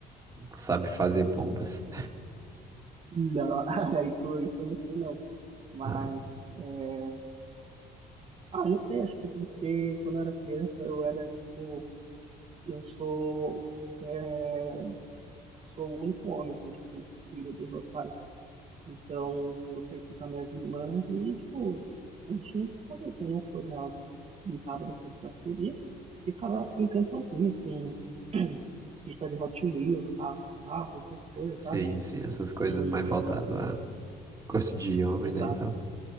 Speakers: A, on the right; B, on the right.
A: sabe fazer bombas.
B: Não, <laughs> isso, isso eu não sei não. Mas
A: Ah, é.
B: é, Ah, não sei, acho que é porque quando eu era criança eu era, tipo, eu sou, é, sou o único homem, assim, tipo, filho dos meus pais. Então eu cresci com as minhas irmãs e, tipo, a gente não fazia as mesmas coisas, né? Elas brincavam das coisas que elas queriam e ficava brincando sozinha com <clears throat> pista de Hot Wheels, carro, carro, essas coisas,
A: sim,
B: sabe?
A: sim, essas coisas
B: E,
A: mais voltado a gosto de homem,
B: exato.
A: né, e tal.